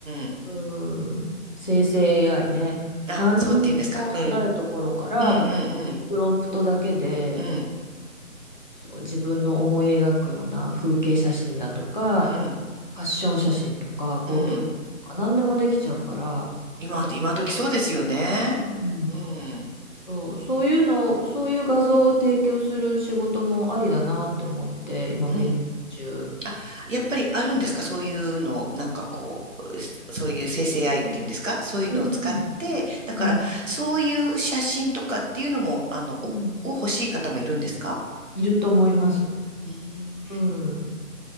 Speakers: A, on the right (about 60°); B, on the left (about 35°).
A: ん。
B: うん。生成 AI ね。
A: あ、
B: 何にもないところから、
A: そうって言うんですかうんうんうん
B: もう本当にプロンプトだけで、
A: うん。
B: そう、自分の思い描くような風景写真だとか、
A: うん。
B: ファッション写真とか、ポートレートとか、
A: うん。
B: 何でもできちゃうから、
A: 今、今時そうですよね。
B: うん。
A: うん。
B: そう、そういうの、そういう画像を提供する仕事もありだなって思って、今勉強中。
A: うん。あ、やっぱりあるんですかそういうのを、なんかこう、そそういう生成愛っていうんですかそういうのを使って、
B: うんうんうん
A: だから、
B: うん
A: そういう写真とかっていうのも、あの、
B: うん
A: お、を欲しい方もいるんですか
B: いると思います。
A: うん。
B: うん。うん